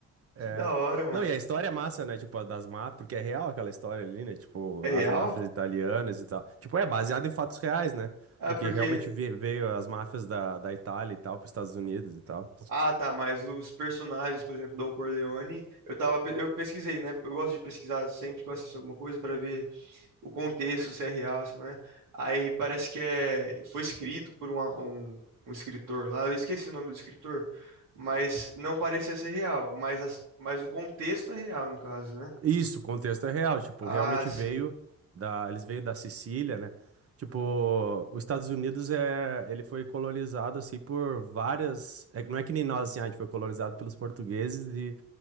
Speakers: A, on the right (about 50°); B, on the right (about 80°).
A: É.
B: Que da hora, mano.
A: Não, e a história é massa, né? Tipo, a das máfias, porque é real aquela história ali, né? Tipo,
B: É real?
A: as máfias italianas e tal. Tipo, é baseado em fatos reais, né?
B: Ah,
A: Porque
B: porque
A: realmente ve- veio as máfias da, da Itália e tal para os Estados Unidos e tal.
B: Ah, tá, mas os personagens, por exemplo, Don Corleone, eu tava, pe- eu pesquisei, né? Eu gosto de pesquisar sempre que eu assisto alguma coisa para ver o contexto, se é real, se não é. Aí parece que é, foi escrito por uma- um, um escritor lá, eu esqueci o nome do escritor, mas não parecia ser real, mas, as- mas o contexto é real, no caso, né?
A: Isso, o contexto é real, tipo,
B: Ah,
A: realmente
B: sim.
A: veio da, eles veio da Sicília, né? Tipo, os Estados Unidos é, ele foi colonizado assim por várias, é que não é que nem nós assim, ah, a gente foi colonizado pelos portugueses e,